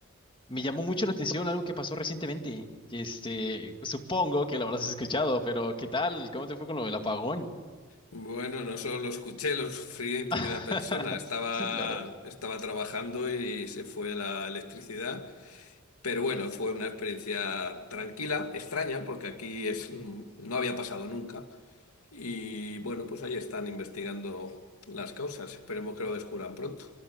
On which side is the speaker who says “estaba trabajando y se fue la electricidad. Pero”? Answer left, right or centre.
Left